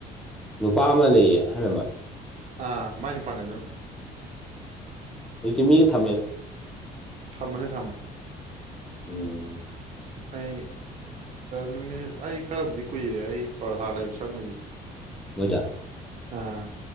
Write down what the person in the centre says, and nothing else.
ꯅꯨꯄꯥ ꯑꯃ ꯂꯩꯌꯦ ꯑꯍꯜꯃ
ꯍꯧꯖꯤꯗꯤ ꯃꯤ ꯊꯝꯃꯦꯅ
ꯎꯝ
ꯃꯣꯏꯖ